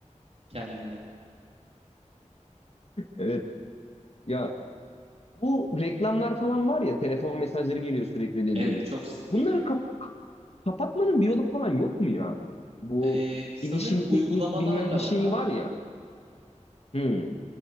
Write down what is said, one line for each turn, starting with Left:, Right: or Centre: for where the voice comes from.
Right: kendine.
Left: Evet ya bu reklamlar falan var ya telefon mesajları geliyor sürekli dediğimiz.
Right: Evet çok sık
Left: Bunları
Right: geliyor.
Left: kap- kapatmanın bir yolu falan yok mu ya? Bu
Right: Ee, sanırım
Left: bilişim
Right: uygulamalarla
Left: teknik bilmem bir şeyi
Right: var abi.
Left: var ya. Hmm.